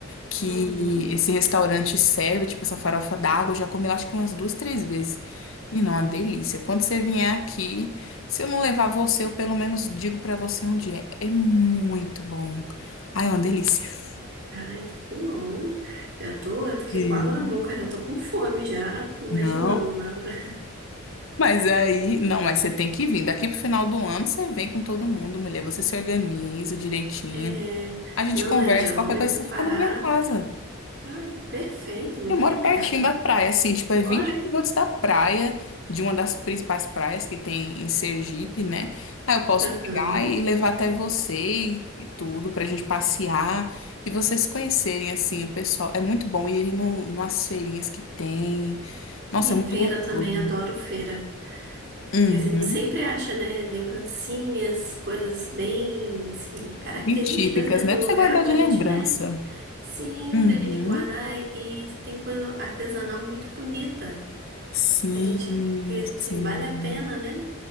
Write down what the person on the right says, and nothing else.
Uhum.
Ai, que bom. Já tô, eu tô aqui
com água na boca, já tô com fome, já imaginando,
né? <laughs>
É,
não
é, já vou
me
preparar.
Ai, perfeito, muito
obrigada.
Olha.
Aham.
E
feira
também, adoro feira.
Porque a gente sempre acha, né, lembrancinhas, coisas bem, assim, características,
né, do
lugar
pra
gente, é, sim,
pra gente guardar e, tem coisa artesanal muito bonita
que a gente, que, assim,
vale a pena, né?